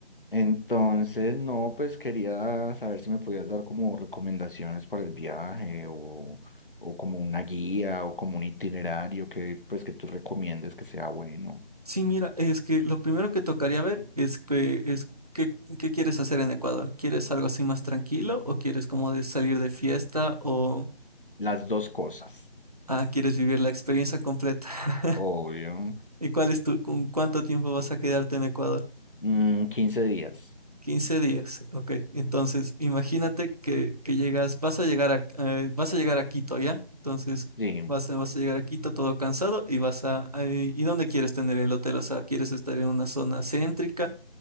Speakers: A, on the left; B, on the right.
A: Entonces, no, pues quería saber si me podías dar como recomendaciones para el viaje o, o como una guía o como un itinerario que pues que tú recomiendes que sea bueno.
B: Sí, mira, es que lo primero que tocaría ver es que es qué, qué quieres hacer en Ecuador. ¿Quieres algo así más tranquilo o quieres como de salir de fiesta o
A: Las dos cosas,
B: ah, quieres vivir la experiencia completa? <laughs>
A: obvio.
B: ¿Y cuál es tu, con cuánto tiempo vas a quedarte en Ecuador?
A: Mm, 15 días,
B: quince días, ok. Entonces, imagínate que, que llegas, vas a llegar a, eh, vas a llegar a Quito, ¿ya? Entonces,
A: sí.
B: vas a, vas a llegar a Quito todo cansado y vas a, ay, ¿y dónde quieres tener el hotel? O sea, ¿quieres estar en una zona céntrica